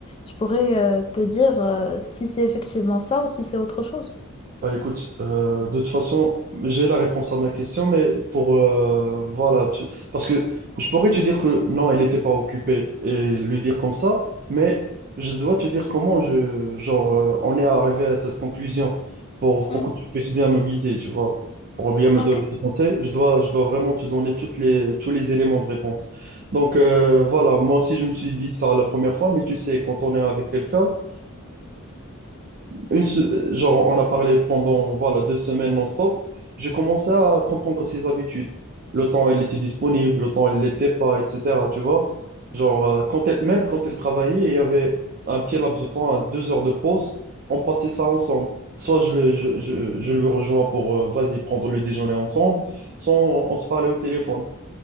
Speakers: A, on the left; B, on the right.
A: je pourrais euh, te dire euh, si c'est effectivement ça ou si c'est autre chose.
B: Bah écoute, euh, de toute façon, j'ai la réponse à ma question, mais pour euh, voilà, tu- parce que je pourrais te dire que non, elle n'était pas occupée et lui dire comme ça, mais je dois te dire comment je genre euh, on est arrivé à cette conclusion pour,
A: Mhm,
B: pour que tu puisses bien me guider, tu vois, pour bien me
A: ok.
B: donner des conseils, je dois je dois vraiment te donner toutes les tous les éléments de réponse. Donc euh, voilà, moi aussi je me suis dit ça la première fois, mais tu sais, quand on est avec quelqu'un une se- genre, on a parlé pendant, voilà, deux semaines non-stop. J'ai commencé à comprendre ses habitudes. Le temps, elle était disponible, le temps, elle ne l'était pas, etc. Tu vois? Genre, euh, quand elle- même quand elle travaillait, il y avait un petit laps de temps, à deux heures de pause. On passait ça ensemble. Soit je, le- je, je, je lui rejoins pour, euh, vas-y, prendre le déjeuner ensemble, soit on, on se parlait au téléphone.